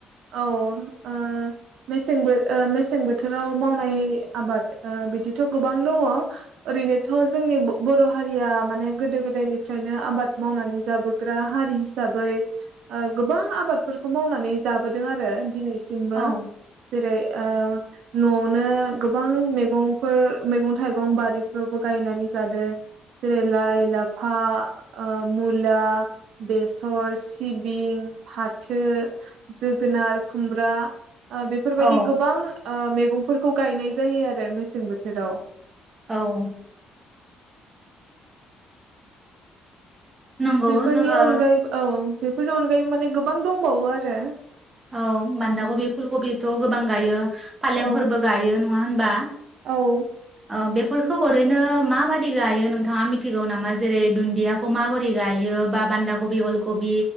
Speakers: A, on the right; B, on the right.
A: औ ओ मेसें ओ मेसें बोथोराव मावनाय आबाद बिदिथ गोबां दङ। ओरैनोथ जोंनि बर' हारिया माने गोदो गोदायनिफ्रायनो आबाद मावनानै जाबोग्रा हारि हिसाबै गोबां आबादफोरखौ मावनानै जा बोदों आरो दिनैसिमबो
B: औ
A: जेरै ओ नआवनो गोबां मैगंफोर मैगं थाइगं बारिफ्रावबो गायनानै जादों। जेरै लाइ लाफा ओ मुला बेसर सिबिं फाथो जोगोनार खुमब्रा ओ बेफोरबायदि
B: औ
A: गोबां ओ मे मैगंफोरखौ गायनाय जायो आरो मेसें बोथोराव।
B: औ नंगौ
A: बेफोरनि
B: जोङो
A: अनगायै औ बेफोरनि अनगायैबो माने गोबां दं। बावो आरो
B: औ बान्दा
A: औ
B: कबि फुलकबि त गोबां गायो। फालेंफोरबो
A: औ
B: गायो। नङा होनबा?
A: औ
B: ओ बेफोरखौ ओरैनो माबादि गायो नोंथाङा मिथिगौ नामा? जेरै दुन्दियाखौ माबोरै गायो बा बान्दा कबि अल कबि